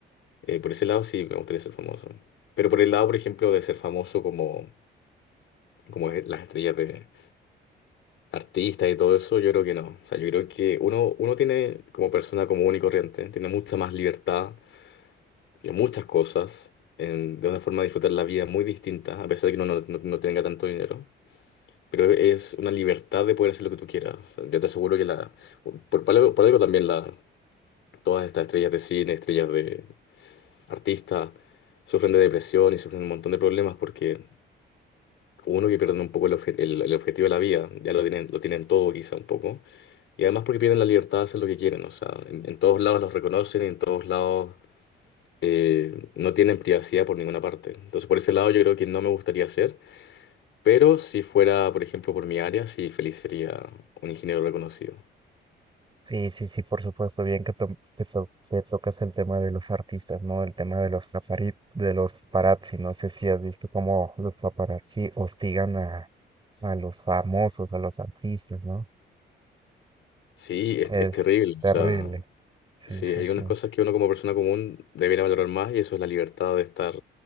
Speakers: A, on the left (about 75°); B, on the right (about 25°).
A: Eh, por ese lado sí me gustaría ser famoso. Pero por el lado, por ejemplo, de ser famoso como, como es las estrellas de artistas y todo eso, yo creo que no. O sea, yo creo que uno, uno tiene como persona común y corriente, tiene mucha más libertad de muchas cosas, en- de una forma de disfrutar la vida muy distinta, a pesar de que uno no, no- no tenga tanto dinero. Pero es una libertad de poder hacer lo que tú quieras. O sea, yo te aseguro que la, por, por algo por algo también la, todas estas estrellas de cine, estrellas de artistas, sufren de depresión y sufren un montón de problemas porque uno que pierde un poco el, obje- el- el objetivo de la vida, ya lo tienen, lo tienen todo quizá un poco, y además porque pierden la libertad de hacer lo que quieren. O sea, en en todos lados los reconocen, en todos lados eh, no tienen privacidad por ninguna parte. Entonces, por ese lado, yo creo que no me gustaría hacer, pero si fuera, por ejemplo, por mi área, sí, feliz sería un ingeniero reconocido.
B: Sí, sí, sí, por supuesto, bien que, to- que, to- que tocas el tema de los artistas, ¿no? El tema de los papari- de los paparazzi. No sé si has visto cómo los paparazzi hostigan a, a los famosos, a los artistas, ¿no?
A: Sí, es,
B: Es
A: es terrible.
B: terrible.
A: O sea,
B: Sí,
A: sí,
B: sí,
A: hay
B: sí.
A: unas cosas que uno como persona común debería valorar más y eso es la libertad de estar,